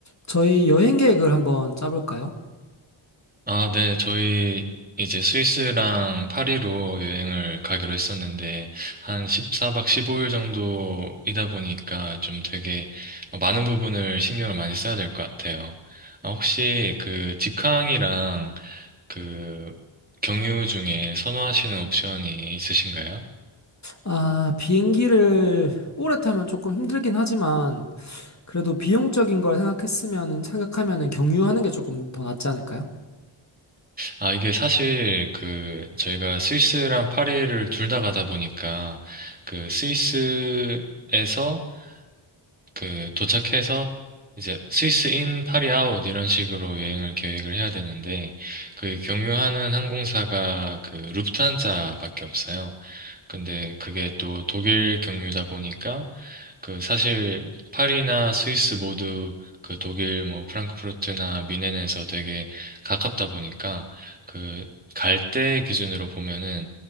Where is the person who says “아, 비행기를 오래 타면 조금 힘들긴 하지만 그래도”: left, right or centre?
Left